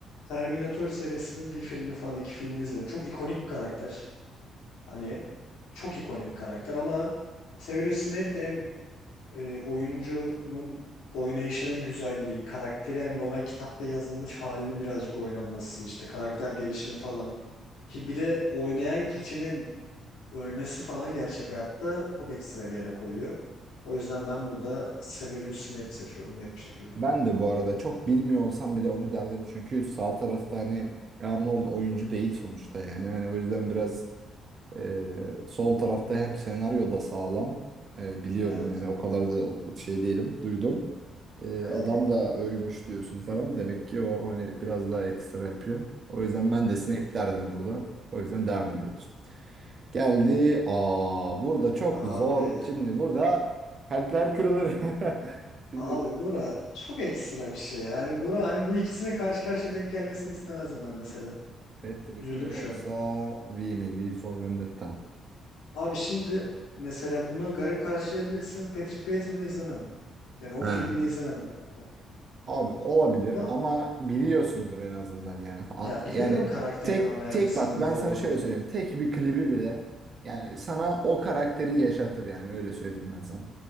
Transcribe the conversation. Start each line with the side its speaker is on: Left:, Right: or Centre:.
Left: Terminator serisinin bir filmini falan iki filmini izledim. Çok ikonik bir karakter. Hani çok ikonik bir karakter ama Severus Snape de hem e, oyuncunun oynayışının güzelliği, karakteri yani normal kitapta yazılmış halinin birazcık oynanması, işte karakter gelişimi falan. Hi- Bir de oynayan kişinin ölmesi falan gerçek hayatta çok ekstra bir yere koyuyor. O yüzden ben burada Severus Snape seçiyorum net bir şekilde.
Right: Ben de bu arada çok bilmiyor olsam bile onu derdim. Çünkü sağ tarafta hani Arnold oyuncu değil sonuçta yani. Hani o yüzden biraz e, sol tarafta hem senaryo da sağlam. E, biliyorum
Left: Evet.
Right: yani o kadar da o- şey değilim. Duydum. E,
Left: Ha,
Right: adam
Left: iyi.
Right: da ölmüş diyorsun falan. Demek ki o hani biraz daha ekstra yapıyor. O yüzden ben
Left: Hı hı.
Right: de Snape derdim burada. O yüzden devam ediyoruz. Geldi. Aa burada çok
Left: Abi
Right: zor. Şimdi burada kalpler kırılır. <laughs> Şimdi
Left: Abi Burak çok ekstra bir şey. Yani Burak hani bu ikisinin karşı karşıya denk gelmesini istemezdim ben mesela.
Right: Patrick
Left: Üzüldüm
Right: mi yoksa
Left: şu an.
Right: V mi? V for Vendetta.
Left: Abi şimdi mesela buna garip karşılayabilirsin. Patrick Bateman'ı izlemedim. Yani o
Right: He.
Left: filmini izlemedim ben öyle.
Right: Abi olabilir
Left: Ama
Right: ama biliyorsundur en azından yani. A-
Left: ya biliyorum
Right: Yani
Left: karakterin
Right: tek
Left: ana yapısının
Right: tek bak
Left: ne
Right: ben
Left: olduğunu
Right: sana şöyle
Left: falan.
Right: söyleyeyim. Tek bir klibi bile yani sana o karakteri yaşatır yani öyle söyleyeyim ben sana.